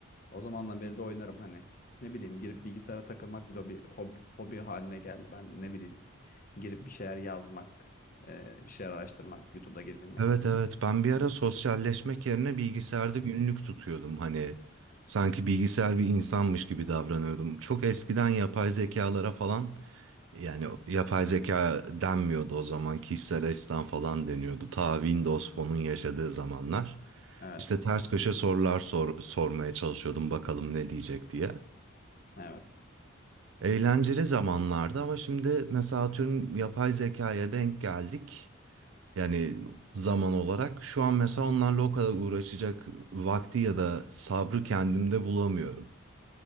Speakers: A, on the left (about 40°); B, on the right (about 65°).
A: O zamandan beri de oynarım hani. Ne bileyim girip bilgisayara takılmak bile bir hobi, hobi haline geldi. Ben ne bileyim girip bir şeyler yazmak, e, bir şeyler araştırmak, YouTube'da gezinmek.
B: Evet evet ben bir ara sosyalleşmek yerine bilgisayarda günlük tutuyordum hani sanki bilgisayar bir insanmış gibi davranıyordum. Çok eskiden yapay zekalara falan yani yapay zeka denmiyordu o zaman kişisel asistan falan deniyordu. Ta Windows Phone'un yaşadığı zamanlar
A: Evet,
B: işte ters köşe sorular sor- sormaya çalışıyordum bakalım ne diyecek diye.
A: evet,
B: Eğlenceli zamanlardı ama şimdi mesela atıyorum yapay zekaya denk geldik. Yani zaman olarak şu an mesela onlarla o kadar uğraşacak vakti ya da sabrı kendimde bulamıyorum.